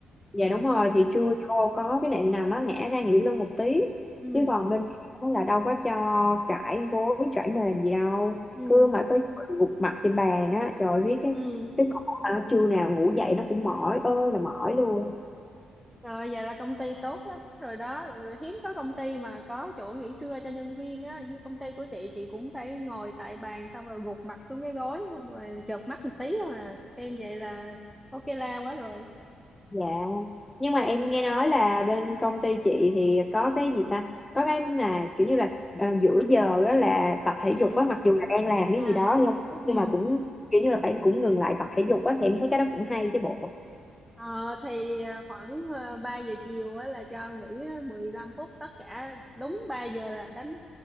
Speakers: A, on the left; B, in the centre.
A: dạ đúng rồi
B: ừ
A: thì trưa vô có cái nệm nào nó ngã ra nghỉ lưng một tí
B: ừ
A: chứ còn bên đó là đâu có cho trải gối trải mền gì đâu
B: ừ
A: cứ hả tới chiều gục mặt trên bàn á trời ơi, biết cái
B: ừ
A: cái con hả trưa nào ngủ dậy nó cũng mỏi ơi là mỏi luôn
B: rồi vậy là công ty tốt lắm rồi đó Ừ, hiếm có công ty mà có chỗ nghỉ trưa cho nhân viên á như công ty của chị chị cũng phải ngồi tại bàn xong rồi gục mặt xuống cái gối xong rồi chợp mắt một tí thôi à em vậy là ok la quá rồi
A: dạ nhưng mà em nghe nói là bên công ty chị thì có cái gì ta có cái mà kiểu như là à, giữa giờ á là tập thể
B: ừ
A: dục á mặc dù là đang làm cái
B: à
A: gì đó nhưng
B: ừ
A: nhưng mà cũng kiểu như là phải cũng ngừng lại tập thể dục á thì em thấy cái đó cũng hay chứ bộ
B: Ờ, thì ờ, khoảng ờ, 3 giờ chiều á, là cho nghỉ ờ, 15 phút tất cả đúng 3 giờ là đánh